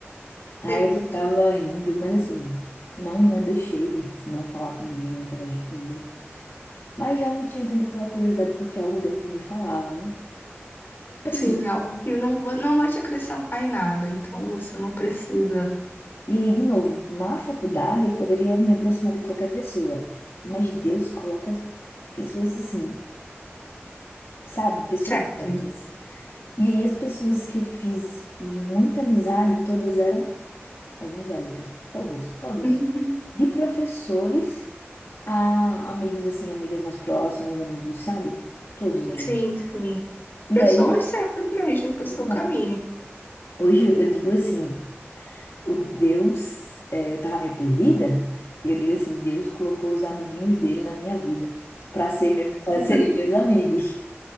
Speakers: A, on the left; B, on the left.
A: Aí
B: tem muito.
A: eu ficava rindo, mas assim, não, não deixei de f- não falar com ninguém, não interagir com ninguém. Mas já não tinha tanta aquela curiosidade, porque algo dentro de mim falava, né? Preciso,
B: Sim, algo que não, va- não vai te acrescentar em nada, então você não precisa.
A: E aí, de novo, na faculdade eu poderia me aproximar de qualquer pessoa, mas Deus coloca as pessoas assim, sabe? Pessoas
B: Certas.
A: certas. E aí, as pessoas que eu fiz muita amizade, todas eram evangélicas. Todas, todas.
B: Uhum,
A: De professores a amigos, assim, amigas mais próximas, amigos, sabe? Todos eram.
B: sim, sim.
A: E
B: Pessoas
A: aí,
B: certas mesmo pro seu caminho.
A: na- hoje eu digo assim. o Deus, é, eu tava meio perdida, e eu digo assim, Deus colocou os amiguinhos dele na minha vida para ser meu, para
B: <laughs>
A: serem meus amigos.